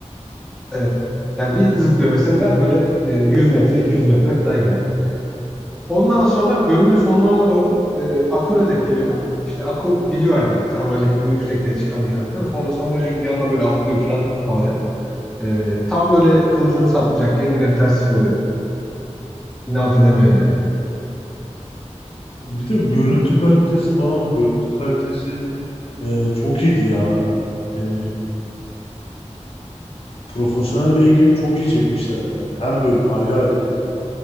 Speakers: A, in the centre; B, on the left.
A: evet. Yani bir zıplıyor mesela böyle e, 100 metre, 200 metre falan yani. Ondan sonra bölümün sonlarına doğru e, Aku'yla denk geliyorlar. İşte Aku biliyor hani Samuray Jack'in o yüksekliğe çıkamayacağını falan. Sonra Samuray Jack bir anda böyle atlıyor falan havaya. Ee, tam böyle kılıcını saplayacakken yine bir terslik oluyor. İnat edemiyor yani.
B: Bir de görüntü kalitesi falan. Görüntü kalitesi e, çok iyiydi ya. Yani profesyonel bir ekibi çok iyi çekmişlerdi yani. Her bölüm ayrı ayrı.